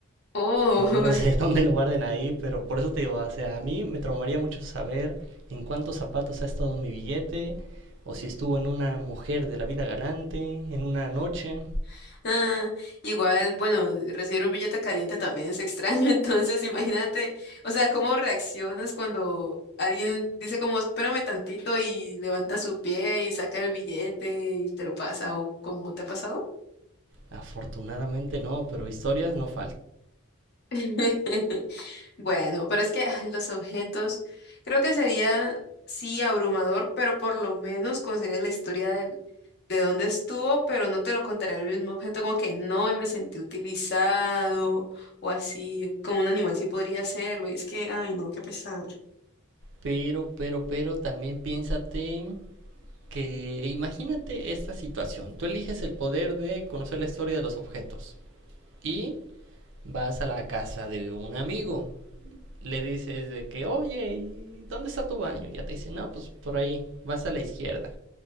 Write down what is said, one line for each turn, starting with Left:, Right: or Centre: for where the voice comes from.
Left: Oh,
Right: Yo no sé <laughs> dónde lo guarden ahí, pero por eso te digo, o sea, a mí me traumaría mucho saber en cuántos zapatos ha estado mi billete, o si estuvo en una mujer de la vida galante, en una noche.
Left: <laughs> ah, igual, bueno, recibir un billete caliente también es extraño, <laughs> entonces imagínate, o sea, cómo reaccionas cuando alguien dice como, espérame tantito y levanta su pie y saca el billete y te lo pasa, o cómo te ha pasado.
Right: Afortunadamente no, pero historias no faltan.
Left: <laughs> Bueno, pero es que ay, los objetos, creo que sería, sí, abrumador, pero por lo menos conocerías la historia del- de dónde estuvo, pero no te lo contaría el mismo objeto, como que no, y me sentí utilizado o así, como un animal sí podría hacerlo, y es que, ay, no, qué pesar.
Right: Pero, pero, pero también piénsate que imagínate esta situación. Tú eliges el poder de conocer la historia de los objetos y vas a la casa de un amigo le dices de que, oye, ¿dónde está tu baño? Ya te dice, no, pues por ahí, vas a la izquierda.